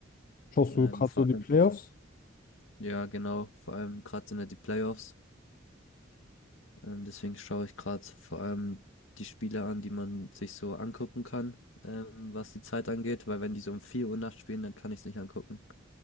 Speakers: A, on the left (about 45°); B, on the left (about 85°).
A: Schaust
B: Ähm,
A: du gerade
B: vor
A: so die
B: allem,
A: Playoffs?
B: ja genau, vor allem gerade sind ja die Playoffs. Ähm, deswegen schaue ich gerade vor allem die Spiele an, die man sich so angucken kann, ähm, was die Zeit angeht, weil wenn die so um 4 Uhr nachts spielen, dann kann ich es nicht angucken.